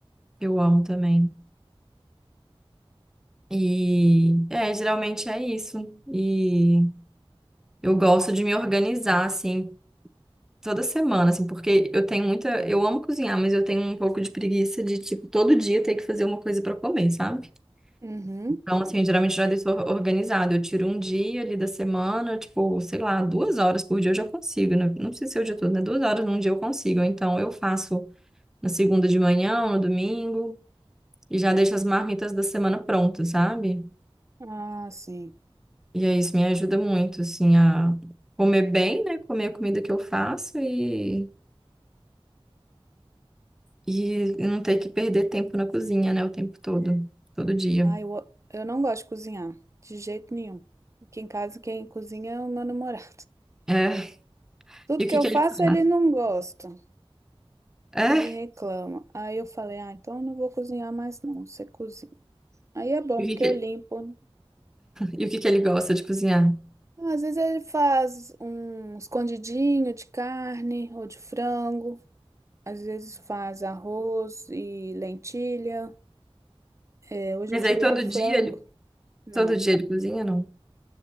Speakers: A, in the centre; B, on the right (about 30°).
A: que eu amo também. E é, geralmente é isso. E eu gosto de me organizar assim toda semana, assim, porque eu tenho muita, eu amo cozinhar, mas eu tenho um pouco de preguiça de tipo todo dia ter que fazer uma coisa pra comer, sabe?
B: Uhum.
A: Então, assim, geralmente já deixo organizado. Eu tiro um dia ali da semana, tipo, sei lá, duas horas por dia eu já consigo, né? Não precisa ser o dia todo, né? Duas horas num dia eu consigo. Ou Então, eu faço na segunda de manhã, no domingo, e já deixo as marmitas da semana prontas, sabe?
B: Ah, sim.
A: E aí, isso me ajuda muito, assim, a comer bem, né? Comer a comida que eu faço e, e não ter que perder tempo na cozinha, né? O tempo todo, todo dia.
B: Ah, eu, eu não gosto de cozinhar, de jeito nenhum. Aqui em casa quem cozinha é o meu <laughs> namorado.
A: É.
B: Tudo
A: E o
B: que
A: que
B: eu
A: que
B: faço
A: ele faz?
B: ele não gosta,
A: É.
B: ele reclama. Aí eu falei, ah, então eu não vou cozinhar mais não, você cozinha. Aí é bom
A: E o
B: porque
A: que que,
B: eu limpo. né?
A: e o que que ele gosta de cozinhar?
B: Então, Às vezes ele faz um escondidinho de carne ou de frango. Às vezes faz arroz e lentilha. É, hoje
A: Mas
B: eu tirei
A: aí todo
B: um frango.
A: dia ele,
B: Não.
A: todo dia ele cozinha, não?